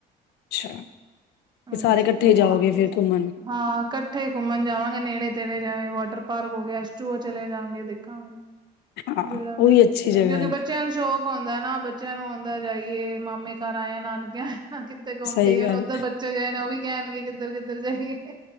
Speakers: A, on the left (about 80°); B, on the right (about 25°).
A: ਤੇ
B: ਹਾਂਜੀ
A: ਸਾਰੇ ਇਕੱਠੇ
B: ਉਹ
A: ਜਾਓਗੇ
B: ਆਉਣਗੇ
A: ਫਿਰ ਘੁੰਮਣ
B: ਹਾਂ ਇਕੱਠੇ ਘੁੰਮਣ ਜਾਵਾਂਗੇ ਨੇੜੇ ਤੇੜੇ ਜਿਵੇਂ ਵਾਟਰ ਪਾਰਕ ਹੋ ਗਿਆ <unintelligible> ਚਲੇ ਜਾਾਂਗੇ ਦੇਖਾਂਗੇ। <unintelligible>
A: ਹਾਂ
B: ਕਿਉਂਕਿ
A: ਉਹ ਵੀ ਅੱਛੀ ਜਗ੍ਹਾ
B: ਬੱਚੇ
A: ਹੈ
B: ਬੱਚਿਆਂ ਨੂੰ ਸ਼ੌਕ ਆਉਂਦਾ ਨਾ ਬੱਚਿਆਂ ਨੂੰ ਆਉਂਦਾ ਜਾਈਏ ਮਾਮੇ ਘਰ ਆਏਆ ਨਾਨਕੇ ਆਏਆ ਘੁੰਮ
A: ਸਹੀ
B: ਕੇ ਉਹਨੇ
A: ਗੱਲ
B: ਉੱਧਰ ਬੱਚੇ ਗਏ ਨੇ ਉਹ ਵੀ ਕਹਿਣਗੇ ਕਿੱਧਰ-ਕਿੱਧਰ ਜਾਈਏ